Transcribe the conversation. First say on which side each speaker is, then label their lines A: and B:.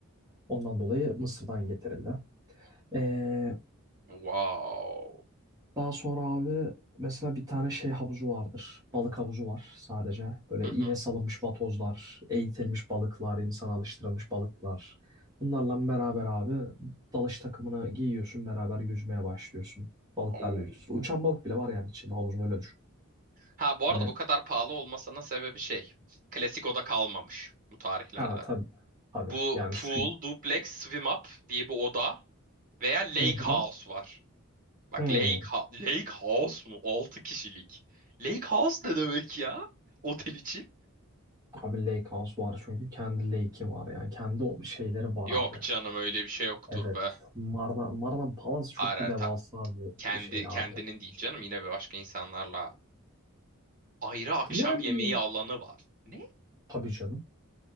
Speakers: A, on the right; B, on the right.
A: Ondan dolayı Mısır'dan getirildi. Ee,
B: Wow.
A: daha sonra abi mesela bir tane şey havuzu vardır. Balık havuzu var sadece. Böyle
B: Hı hı.
A: iğne salınmış vatozlar, eğitilmiş balıklar, insan alıştırılmış balıklar. Bunlarla beraber abi dalış takımını giyiyorsun beraber yüzmeye başlıyorsun. Balıklarla
B: Oo.
A: yüzüyorsun. Uçan balık bile var yani içinde havuzun öyle düşün.
B: Ha bu
A: Hani
B: arada bu kadar pahalı olmasının sebebi şey. Klasik oda kalmamış bu tarihlerde.
A: ha tabii tabii
B: Bu
A: yani
B: pool,
A: su.
B: duplex, swim up diye bir oda veya lake
A: Hı hı.
B: house var. Bak
A: Hı.
B: Lake, Ha- Lake House mu? 6 kişilik. Lake House ne demek ya? Otel için?
A: Abi Lake House var çünkü kendi lake'i var yani kendi o şeyleri var
B: Yok
A: abi.
B: canım öyle bir şey yoktur
A: Evet.
B: be.
A: Mardan, Mardan Palace çok
B: Arar
A: bu devasa
B: tam. Kendi
A: bir şey abi.
B: kendinin değil canım yine bir başka insanlarla. Ayrı akşam
A: Yani
B: yemeği alanı var. Ne?
A: tabii canım.